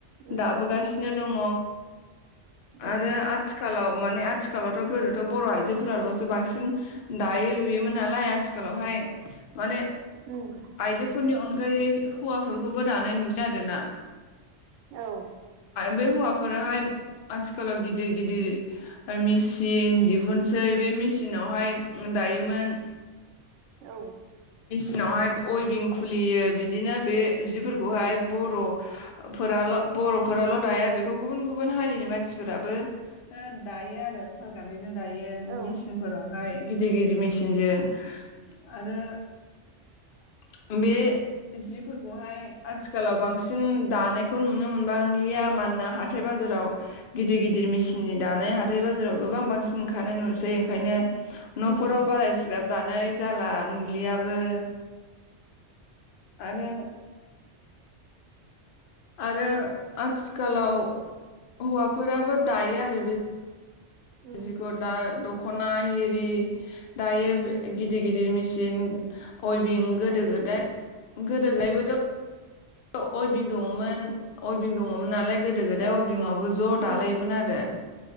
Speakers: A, on the right; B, on the left.
A: उम
B: दाबोगासिनो दङ
A: उम
B: आरो आथिखालाव माने आथिखालावथ' गोदोथ' बर' आइजोफोराल'सो बांसिन दायो लुयोमोन नालाय आथिखालावहाय माने
A: उम
B: आइजोफोरनि अनगायै हौवाफोरखौबो दानाय नुसै आरोना
A: औ
B: बे हौवाफोराहाय आथिखालाव गिदिर गिदिर मेचिन दिहुनसै बे मेचिन सिनावहाय दायोमोन
A: औ
B: उनावहाय अइभिं खुलियो बिदिनो बे जिफोरखौहाय बर'फोराल' बर'फोराल' दाया बेखौ गुबुन गुबुन हारिनि मानसिफोराबो दायो आरो सालगानदै दायो
A: औ
B: मेचिन फोरावहाय गिदिर गिदिर मेचिनजों आरो <inaudible> बे जिफोरखौहाय आथिखालाव बांसिन दानायखौ नुनो मोनबांलिया मानोना हाथाय बाजाराव गिदिर गिदिर मेसिननि दानाय हाथाय बाजाराव गोबां बांसि ओंखारनाय नुसै ओंखायनो न'फोराव
A: उम
B: बारा इसिग्राब दानाय जाला नुलियाबो आरो आरो आथिखालाव हौवाफोराबो दायो आरो बे
A: उम
B: जिखौ दा द ख'ना आरि दायो गिदिर गिदिर मेसिन अइभं गोदो गोद दाय गोदो गोदायबोथ' अइभिं दङमोन अइभिं दङमोन नालाय गोदो गोदाय
A: औ
B: अइभिङावबो ज'
A: उम
B: दालायोमोन आरो